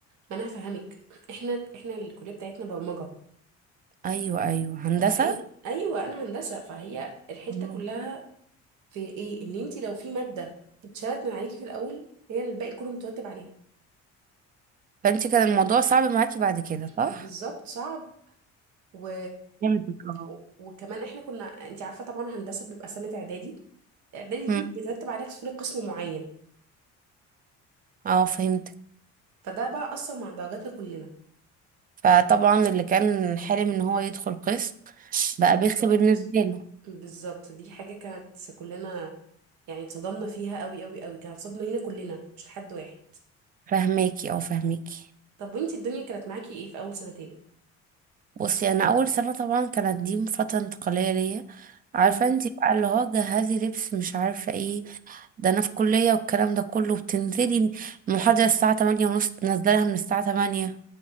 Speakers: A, on the right; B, on the right.
A: ما انا هفهمك احنا احنا الكليه بتاعتنا برمجه
B: ايوه ايوه هندسه
A: فاين ايوه انا هندسه فهي الحته
B: اه
A: كلها في ايه ان انت لو في ماده اتشالت من عليكي في الاول هي الباقي كله مترتب عليها
B: فانت كان الموضوع صعب معاكي بعد كده صح
A: بالظبط صعب و...
B: فهمتك اه
A: و- وكمان احنا كنا انت عارفه طبعا هندسه بيبقى سنه اعدادي اعدادي
B: مم.
A: دي بترتب عليها تدخلي قسم معين
B: اه فهمت
A: فده بقى اثر مع درجاتنا كلنا
B: فطبعا اللي كان حلم ان هو يدخل قسم بقى
A: بالظبط
B: بيخي بالنسبه له
A: بالظبط دي حاجه كانت كلنا يعني اتصدمنا فيها قوي قوي قوي كانت صدمه لينا كلنا مش لحد واحد
B: فهماكي او فهماكي
A: طب وانت الدنيا كانت معاكي ايه في اول سنتين
B: بصي انا اول سنه طبعا كانت دي فتره انتقاليه ليا عارفه
A: مم.
B: انت بقى اللي هو جهزي لبس مش عارفه ايه ده انا في كلية والكلام ده كله بتنزلي المحاضرة الساعة 8 ونص تنزلها من الساعة 8